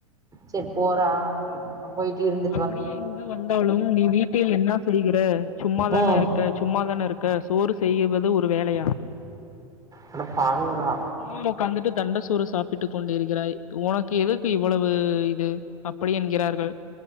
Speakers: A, on the right (about 20°); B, on the left (about 75°).
A: சரி போறா ம் போயிட்டு இருந்து
B: அப்டியே இங்கு வந்தாலும் நீ வீட்டில் என்ன செய்கிற சும்மாதான
A: ம்
B: இருக்க சும்மாதான இருக் க சோறு செய்யுவது ஒரு வேலையா
A: அட பாவிங்களா
B: சும்மா உக்காந்துட்டு தெண்ட சோறு சாப்பிட்டு கொண்டிருக்கிறாய் உனக்கு எதுக்கு இவ்வளவு இது அப்படி என்கிறார்கள்